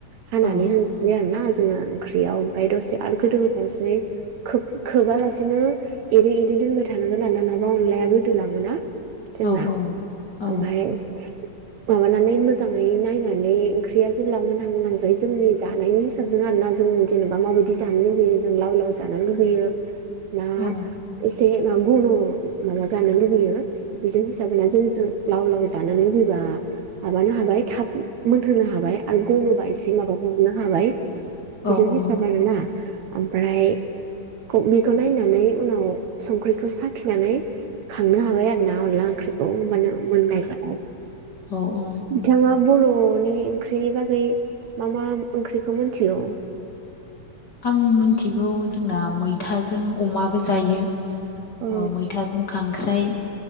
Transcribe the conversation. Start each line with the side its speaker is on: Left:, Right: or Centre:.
Right: हानानै
Left: औ
Right: होनोसै आरो ना जोङो ओंख्रियाव ओमफ्राय दसे आरो गोदौहोबावसै खोब खोबालासेनो एरै एरै दोनबाय थानांगोन आरो ना नङाबा अनलाया गोदोलाङोना जोंना
Left: औ औ
Right: ओमफ्राय। माबानानै मोजाङै नायनानै ओंख्रिया जेब्ला मोनहां मोनहां जायो जोंनि जानायनि हिसाबजों आरो ना जों जेनेबा माबायदि जानो लुुबैयो जों लाव लाव जानो लुुबैयो ना
Left: औ
Right: एसे गनु माबा जानो लुबैयो। बेजों हिसाबहोना जोङो। लाव लाव जानो लुुबैबा माबानो हाबाय थाब मोनहोनो हाबाय आरो गनोबा एसे माबाबावहोनो हाबाय बेजों
Left: औ
Right: हिसाब आरोना ओमफ्राय बेखौ नायनानै उनाव संख्रिखौ साखिनानै खांनो हाबाय आरो ना अनला ओंख्रि ओ मानो मोननाय जाबाय
Left: औ औ
Right: बिथाङा बरनि ओंख्रिनि बागै मा मा ओंख्रिखौ मिन्थियो
Left: आं मिन्थिगौ जोंना मैथाजों अमाबो जायो
Right: औ
Left: ओ मैथाजों खांख्राइ